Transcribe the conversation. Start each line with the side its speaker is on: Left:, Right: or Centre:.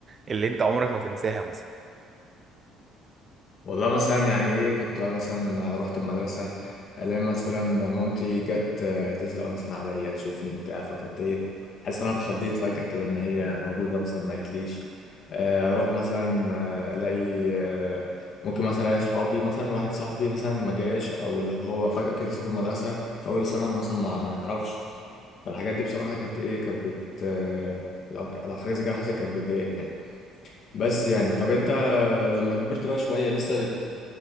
Right: اللي انت عمرك ما تنساها مثلا
Left: والله مثلا يعني ايه كنت مثلا رحت المدرسه الاقي مثلا مامتي جت آه، تسال مثلا عليا تشوفني بتاع فكنت ايه حاسس ان انا اتخضيت فجاه كده ان هي موجوده مثلا ما قالتليش آه، اروح مثلا آه، الاقي آه، ممكن مثلا الاقي صحابي مثلا واحد صاحبي مثلا ما جاش او اللي هو فجاه كده ساب المدرسه في اول السنه انا مثلا ما ما نعرفش فالحاجات دي بصراحه كانت ايه كانت بت آه، لو لو حاجه زي كده حصلت كانت بتضايقني يعني بس يعني طب انت لما كبرت بقى شوية لسه